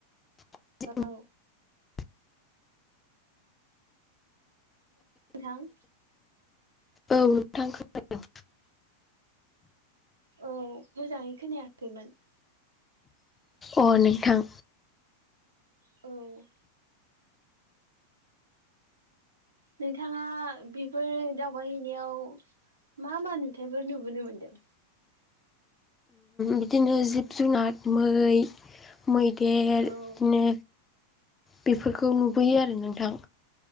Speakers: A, on the left (about 15°); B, on the right (about 75°).
A: <unintelligible>
B: हेलौ नोंथां
A: औ नोंथां खोनादों
B: औ मोजाङै खोनायाखैमोन
A: अ नोंथां
B: औ नोंथाङा बेफोर दावबायहैनायाव मा मा नुथायफोर नुबोनो मोनदों
A: बिदिनो जिब जुनार मै मैदेर
B: औ
A: बिदिनो बेफोरखौ नुबोयो आरो नोंथां